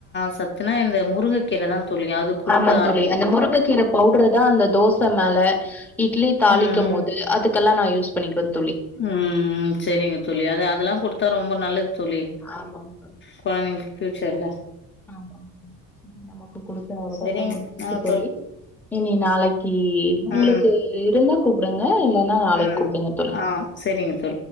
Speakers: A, on the left; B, in the centre.
A: சத் துனா இந்த முருங்க கீர தா தோழி அது குடுக்க
B: ஆமா தோழி
A: ஆரம்பிங்க
B: அந்த முருங்கக்கீர பவுடரு தா அந்த தோச மேல இட்லி தாளிக்கும்
A: ம்
B: போது அதுக்கெல்லா நா யூஸ் பணிக் வந்
A: ம் செரிங்க தோழி அத அதெல்லா குடுத் தா ரொம்ப நல்லது தோழி
B: ஆமாங்
A: கொழந்திங்களுக்கு ப்யூச்சர்ல
B: ஆமாங்க்கா நமக்கு குடுத்த அவகாசோ
A: செரிங்க
B: முடிஞ்சிருச்சி
A: நாங்க
B: தோழி இனி நாளைக்கி உங்ளுக்கு
A: ம்
B: இருந் தா கூப்டுங்க இல்லன்னா நாளிக்கு
A: ம்
B: கூப்டுங்க தோழி
A: ஆ செரிங்க தோழி